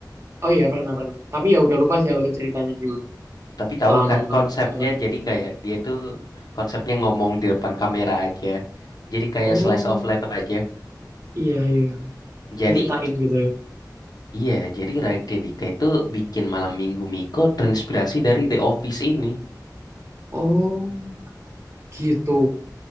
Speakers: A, on the right (about 35°); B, on the left (about 60°).
A: oh iya pernah pernah tapi ya udah lupa sih alur ceritanya gimana
B: Tapi tahu
A: lama
B: kan
A: banget
B: konsepnya
A: malam minggu
B: jadi
A: minggu
B: kayak dia tuh konsepnya ngomong di depan kamera aja. Jadi kayak
A: oh
B: slice of life aja.
A: iya iya
B: Jadi
A: nyeritain gitu ya
B: Iya, jadi Raditya Dika itu bikin Malam Minggu Miko terinspirasi dari The Office ini.
A: oh gitu